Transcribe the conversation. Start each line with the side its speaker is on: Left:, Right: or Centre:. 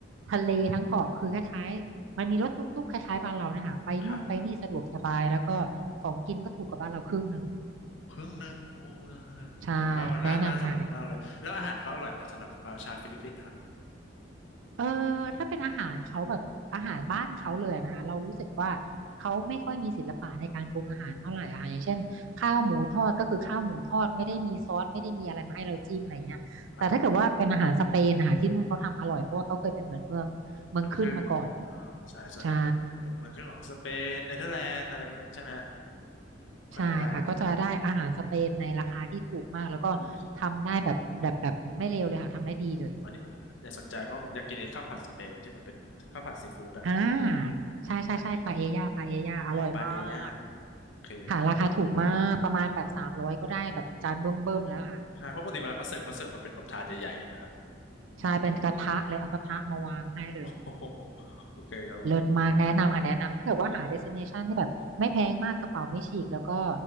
Right: ทะเลทั้งเกาะคือคล้ายๆมันมีรถตุ๊กๆคล้ายๆบ้านเราเนี่ยค่ะไปนู่นไปนี่สะดวกสบายแล้วก็ของกินก็ถูกกว่าบ้านเราครึ่งหนึ่ง
Left: ครับครึ่งหนึ่งโอ้
Right: ใช่
Left: ผมว่ามันน่าน่าสนุกมากเลยแล้วอาหารเขาอร่อยไหมสำหรับชาวฟิลิปปินส์ครับ
Right: แนะนำเลค่ะ เออถ้าเป็นอาหารเขาแบบอาหารบ้านเขาเลยนะคะเรารู้สึกว่าเขาไม่ค่อยมีศิลปะในการปรุงอาหารเท่าไหร่อะค่ะอย่างเช่นข้าวหมูทอดก็คือข้าวหมูทอดไม่ได้มีซอสไม่ได้มีอะไรมาให้เราจิ้มอะไรเงี้ยแต่ถ้าเกิดว่าเป็นอาหารสเปนนะคะที่นู่นเขาทำอร่อยเพราะว่าเขาเคยเป็นเหมือนเมืองเมืองขึ้นมาก่อน
Left: อืมเข้าใจครับเมืองขึ้นอ่าใช่ส่วนไหนแบบเป็นเมืองขึ้นของสเปนเนเธอร์แลนด์อะไรพวกนี้ใช่ไหมฮะ
Right: ใช่
Left: เข้าใจได้เข้าใจได้
Right: ใช่ค่ะก็จะได้อาหารสเปนในราคาที่ถูกมากแล้วก็ทำได้แบบแบบแบบไม่เลวเลยค่ะทำได้ดีเลย
Left: อุ้ย อันนี้ผมอยากสนใจเพราะผมอยากกินไอ้ข้าวผัดสเปนอะที่มันเป็นข้าวผัดซีฟู้ดนะฮะ
Right: อ่าใช่ใช่ใช่ปาเอญ่าปาเอญ่าอร่อยมาก
Left: ใช่อ๋อปาเอย่าอ๋อโอเคครับ
Right: ค่ะราคาถูกมากประมาณแบบสามร้อยก็ได้แบบจานเบิ่มๆแล้วค่ะ
Left: โอ้ใช่เพราะปกติเวลาเขาเสิร์ฟเขาเสิร์ฟมาเป็นแบบถาดใหญ่ๆถูกไหมครับ
Right: ใช่เป็นกระทะเลยเอากระทะมาวางให้เลย
Left: โอ้โห <laughs> โอเคครับผม
Right: เลิศมากแนะนำค่ะแนะนำถ้าเกิดว่าหา
Left: เออ
Right: destination ที่แบบไม่แพงมากกระเป๋าไม่ฉีกแล้วก็